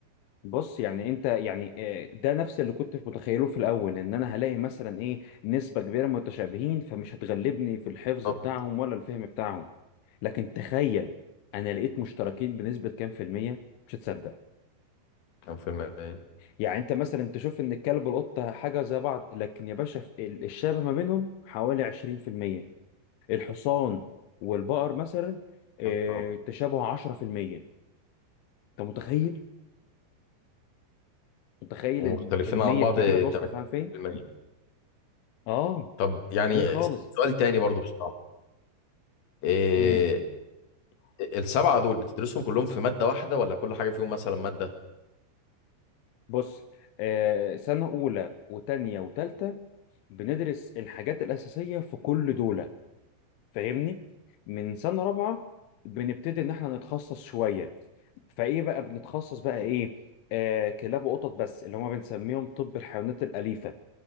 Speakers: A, on the left; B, on the left.
A: بص يعني انت يعني آه، ده نفس اللي كنت متخيله في الاول ان انا هلاقي مثلا ايه نسبة كبيرة متشابهين فمش هتغلبني في الحفظ
B: طب
A: بتاعهم ولا الفهم بتاعهم لكن تخيل انا لقيت مشتركين بنسبة كام في المية مش هتصدق
B: كان فيلم ايه
A: يعني انت مثلا تشوف ان الكلب والقطة حاجة زي بعض لكن يا باشا في ال- الشبه ما بينهم حوالي 20% الحصان والبقر مثلا آه،
B: يا رب.
A: تشابه 10% انت متخيل متخيل
B: ومختلفين
A: الكمية
B: عن بعض
A: الكبيرة دي وصلت
B: 80%
A: فعلا فين؟ اه
B: طب يعني
A: كبير خالص
B: سؤال تاني برضه بصراحة إيه
A: امم
B: السبعة دول بتدرسهم كلهم في مادة واحدة ولا كل حاجة فيهم مثلا مادة
A: بص آه سنة أولى وتانية وتالتة بندرس الحاجات الأساسية في كل دولة فاهمني من سنة رابعة بنبتدي إن إحنا نتخصص شوية فإيه بقى بنتخصص بقى إيه آه كلاب وقطط بس اللي هما بنسميهم طب الحيوانات الأليفة